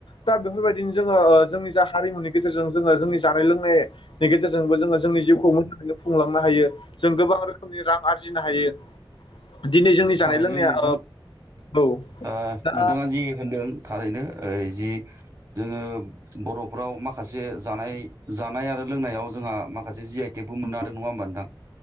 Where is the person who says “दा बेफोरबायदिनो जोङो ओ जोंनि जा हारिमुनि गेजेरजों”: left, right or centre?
Left